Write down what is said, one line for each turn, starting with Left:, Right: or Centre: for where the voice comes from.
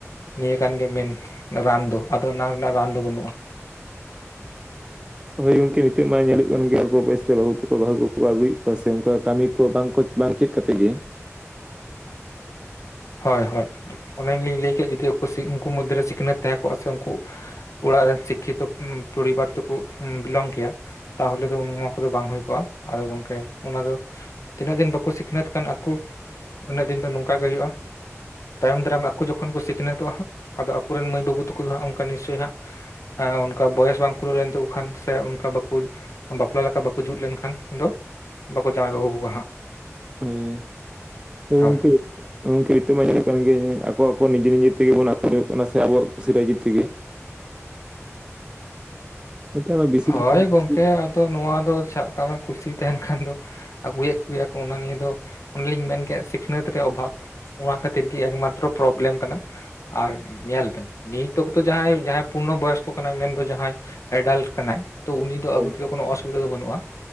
Left: ᱱᱤᱭᱟᱹ ᱠᱟᱱ ᱜᱮᱭᱟ ᱢᱮᱱ ᱨᱟᱱ ᱫᱚ ᱟᱫᱚ ᱚᱱᱟ ᱨᱮᱱᱟᱜ ᱨᱟᱱ ᱫᱚ ᱵᱟᱹᱱᱩᱜᱼᱟ᱾
Right: ᱦᱳᱭ ᱜᱚᱝᱠᱮ ᱱᱤᱛᱚᱜᱜ ᱢᱟ ᱧᱮᱞᱚᱜ ᱠᱟᱱ ᱜᱮᱭᱟ ᱚᱞᱯᱚ ᱵᱚᱭᱮᱥ ᱨᱮ ᱵᱟᱹᱦᱩ ᱛᱮᱠᱚ ᱵᱟᱦᱩ ᱠᱚ ᱟᱹᱜᱩᱭᱮᱫ ᱠᱚᱣᱟ ᱥᱮ ᱚᱱᱠᱟ ᱠᱟᱹᱢᱤ ᱠᱚ ᱵᱟᱝ ᱠᱚ ᱵᱟᱝ ᱪᱮᱫ ᱠᱟᱛᱮᱫ ᱜᱮ
Left: ᱦᱳᱭ ᱦᱳᱭ ᱚᱱᱟᱞᱤᱧ ᱞᱟᱹᱭ ᱠᱮᱫ ᱡᱚᱫᱤ ᱩᱱᱠᱩ ᱢᱚᱫᱽᱫᱷᱮᱨᱮ ᱥᱤᱠᱷᱱᱟᱹᱛ ᱛᱟᱦᱮᱸ ᱠᱚᱜᱼᱟ ᱥᱮ ᱩᱱᱠᱩ ᱚᱲᱟᱜ ᱨᱮᱱ ᱥᱤᱠᱠᱷᱤᱛᱚ ᱯᱚᱨᱤᱵᱟᱨ ᱛᱮᱠᱚ ᱵᱤᱞᱚᱝ ᱠᱮᱭᱟ ᱾ ᱛᱟᱦᱚᱞᱮ ᱫᱚ ᱩᱱ ᱱᱚᱣᱟ ᱠᱚᱫᱚ ᱵᱟᱝ ᱦᱩᱭ ᱠᱚᱜᱼᱟ ᱟᱨ ᱜᱚᱝᱠᱮ ᱚᱱᱟ ᱫᱚ ᱛᱤᱱᱟᱹᱜ ᱫᱤᱱ ᱵᱟᱠᱚ ᱥᱤᱠᱷᱱᱟᱹᱛ ᱠᱟᱱ ᱟᱠᱩ ᱩᱱᱟᱹᱜ ᱫᱤᱱ ᱫᱚ ᱱᱚᱝᱠᱟ ᱜᱮ ᱦᱳᱭᱼᱟ᱾ ᱛᱟᱭᱚᱢ ᱫᱟᱨᱟᱢ ᱟᱠᱚ ᱡᱚᱠᱷᱚᱱ ᱠᱚ ᱥᱤᱠᱷᱱᱟᱛᱚᱜᱼᱟ ᱦᱟᱸᱜ, ᱟᱫᱚ ᱟᱠᱚᱨᱮᱱ ᱢᱟᱹᱭ ᱵᱟᱹᱵᱩ ᱛᱟᱠᱚ ᱫᱚ ᱦᱟᱸᱜ ᱚᱱᱠᱟ ᱱᱤᱥᱪᱳᱭ ᱦᱟᱸᱜ ᱦᱮ ᱚᱱᱠᱟ ᱵᱚᱭᱮᱥ ᱵᱟᱝ ᱠᱩᱲᱟᱹᱣ ᱞᱮᱱ ᱛᱟᱠᱚ ᱠᱷᱟᱱ ᱥᱮ ᱚᱱᱠᱟ ᱵᱟᱠᱚ ᱵᱟᱯᱞᱟ ᱞᱮᱠᱟ ᱵᱟᱠᱚ ᱡᱩᱛ ᱞᱮᱱᱠᱷᱟᱱ ᱫᱚ ᱵᱟᱠᱚ ᱡᱟᱶᱟᱭ ᱠᱟᱠᱚ ᱠᱚᱣᱟ ᱦᱟᱸᱜ
Right: ᱦᱳᱭ <unintelligible>
Left: ᱦᱳᱭ
Right: ᱜᱚᱝᱠᱮ ᱱᱤᱛᱳᱜ ᱢᱟ ᱧᱮᱞᱚᱜ ᱠᱟᱱᱜᱮ, ᱟᱠᱚ ᱟᱠᱚ ᱱᱤᱡᱮ ᱱᱤᱡᱮ ᱛᱮᱜᱮ ᱵᱚᱱ ᱟᱯᱩᱧᱼᱚᱜ ᱠᱟᱱᱟ, ᱥᱮ ᱟᱵᱚᱣᱟᱜ ᱠᱩᱥᱤ ᱨᱟᱡᱤ ᱛᱮᱜᱮ ᱱᱮᱛᱟᱨ ᱢᱟ ᱵᱮᱥᱤᱨ
Left: ᱦᱳᱭ
Right: ᱵᱷᱟᱜᱽ
Left: ᱜᱚᱝᱠᱮ
Right: ᱟᱹᱛᱩ
Left: ᱟᱫᱚ ᱱᱚᱣᱟ ᱫᱚ ᱥᱟᱵ ᱠᱟᱜ ᱢᱮ ᱠᱩᱥᱤ ᱛᱟᱦᱮᱱ ᱠᱷᱟᱱ ᱫᱚ ᱟᱹᱜᱩᱭᱮᱫ ᱠᱚᱜᱮᱭᱟᱠᱚ ᱚᱱᱟ ᱱᱤᱭᱟᱹ ᱫᱚ ᱚᱱᱮ ᱞᱤᱧ ᱢᱮᱱᱠᱮᱜ ᱥᱤᱠᱷᱱᱟᱹᱛ ᱨᱮ ᱚᱵᱷᱟᱵᱽ ᱚᱱᱟ ᱠᱷᱟᱹᱛᱤᱨ ᱜᱮ ᱮᱠᱢᱟᱛᱨᱚ ᱯᱨᱚᱵᱞᱮᱢ ᱠᱟᱱᱟ ᱟᱨ ᱧᱮᱞ ᱵᱮᱱ ᱱᱤᱛ ᱚᱠᱛᱚ ᱡᱟᱦᱟᱸᱭ ᱡᱟᱦᱟᱸᱭ ᱯᱩᱨᱱᱚ ᱵᱚᱭᱚᱥᱠᱚ ᱠᱟᱱᱟᱭ ᱢᱮᱱᱫᱚ ᱡᱟᱦᱟᱸᱭ ᱮᱰᱟᱞᱴ ᱠᱟᱱᱟᱭ ᱛ ᱩᱱᱤ ᱫᱚ
Right: ᱦᱳᱭ
Left: ᱟᱜᱩ ᱛᱮᱫᱚ ᱠᱳᱱᱚ ᱚᱥᱩᱵᱤᱫᱷᱟᱼᱼ ᱫᱚ ᱵᱟᱹᱱᱩᱜᱼᱟ